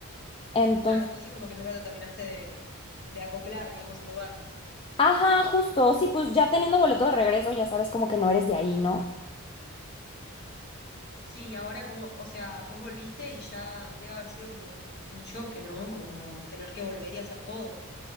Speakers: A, on the left; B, on the left.
A: Entonces,
B: Claro, entonces como que nunca te terminaste de, de acoplar, digamos, al lugar.
A: ajá, justo, sí, pues ya teniendo boleto de regreso, ya sabes como que no eres de ahí, ¿no?
B: Sí, y ahora como, o sea, vos volviste y ya debe haber sido como un, un choque, ¿no? Como tener que volver y hacer todo.